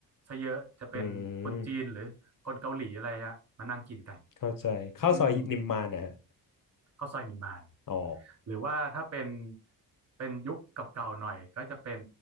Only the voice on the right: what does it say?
ซะเยอะจะเป็นคนจีนหรือคนเกาหลีอะไรอะมานั่งกินกัน
อืมข้าวซอยนิมาน
หรือว่าถ้าเป็นเป็นยุคเก่าๆหน่อยก็จะเป็น